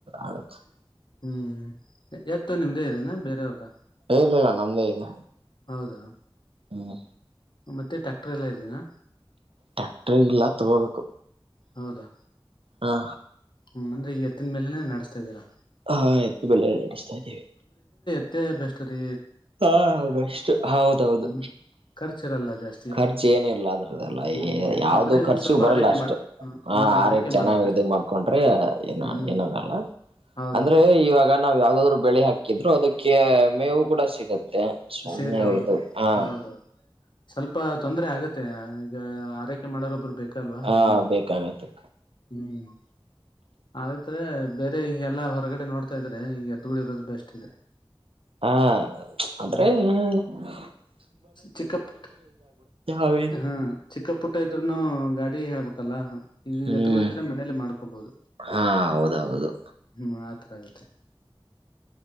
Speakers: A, on the right; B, on the left.
A: ಆಗುತ್ತೆ
B: ಹ್ಮ್ ಎತ್ತ ನಿಮ್ದೇ ಇದೇನಾ ಬೇರೆೆಯವ್ರದ
A: ಇಲ್ಲಿಲ ನಮ್ದೇ ಇದು
B: ಹೌದಾ
A: ಹಾ
B: ಮತ್ತೆ ಟ್ಯಾಕ್ಟರ್ ಎಲ್ಲಾ ಇದೀನಾ
A: ಟ್ಯಾಕ್ಟರ್ ಇಲ್ಲ ತಗೋಬೇಕು.
B: ಹೌದಾ
A: ಹಾ
B: ಹ್ಮ್ ಅಂದ್ರ ಈ ಎತ್ತಿನ ಮೇಲೆನೆ ನಡ್ಸ್ತ ಇದ್ದೀರಾ
A: ಹಾ ಎತ್ತ ಮೇಲೆ ನಡೆಸ್ತಾ ಇದ್ದೀವಿ
B: ಎತ್ತ ಬೆಸ್ಟ್ ರೇಟ
A: ಎತ್ತ ಬೆಸ್ಟ್ ಹೌದೌಹೌದು
B: ಹ್ಮ್ ಖರ್ಚಿರಲ್ಲ ಜಾಸ್ತಿ
A: ಖರ್ಚ ಏನ ಇಲ್ಲ ಅದ್ರದ್ದಲ್ಲ ಅಯ
B: ಹ್ಮ್
A: ಯಾವ್ದು
B: ಆದ್ರೆ ಇವ್
A: ಖರ್ಚು
B: ಸ್ವಲ್ಪ
A: ಬರಲ್ಲ
B: ಆರೈಕೆ
A: ಅಷ್ಟು
B: ಮಾಡ
A: ಹ
B: ಹ್ಮ್
A: ಆರ
B: ಆರೈಕೆ
A: ಚೆನ್ನಾಗ
B: ಮಾಡ್ಬೇಕಷ್ಟೆ
A: ಇದ ಮಾಡ್ಕೊಂಡ ಅರ ಏನ
B: ಹ್ಮ್ ಹ್ಮ್
A: ಏನಾಗಲ್ಲ
B: ಹೌದೌದು
A: ಅಂದ್ರೆ ಇವಾಗ ನಾ ಯಾವ್ದಾದ್ರು ಬೆಳೆ ಹಾಕಿದ್ರು ಅದಕ್ಕೆ ಮೇವು ಕೂಡ ಸಿಕ್ ಸುಮನೆ
B: ಸಿಗುತ್ತೆ ಹೌದೌದು
A: ಇದು ಹಾ
B: ಹೌದೌದು ಸ್ವಲ್ಪ ತೊಂದ್ರ ಆಗತ್ತೆ ಈಗ ಆರೈಕೆ ಮಾಡೋರೊಬ್ಬರು ಬೇಕು ಲ್ವಾ
A: ಹ
B: ದನ
A: ಬೇಕಾಗತ್ತೆ
B: ಹ್ಮ್ ಆದೆ ಬೇರೆ ಈ ಎಲ್ಲಾ ಹೊರಗಡೆ ನೋಡ್ತಾ ಇದ್ರೆ ಈ ಎತ್ತುಗಳು ಇರೋದು ಬೆಸ್ಟ್ ಇದೆ
A: ಹಾ ಅಂದ್ರೆ
B: ಹ್ಮ್
A: ಹ್ಮ
B: ಚಿಕ್ಕಪುಟ್ಟ
A: ಅವೇ
B: ಹಾ ಚಿಕ್ಕಪುಟ್ಟ ಇದ್ರೂನು ಗಾಡಿ ಅ ಹೇಬೇಕಲ್ಲ ಹ ಈಗ
A: ಹ್ಮ್
B: ಎತ್ಕಳಿದ್ರೆ ಮನೇಲಿ ಮಾಡ್ಕೋಬೊದು
A: ಹಾ ಹೌದೌದು
B: ಹ್ಮ್ ಒಂತರ ಆಗತ್ತೆ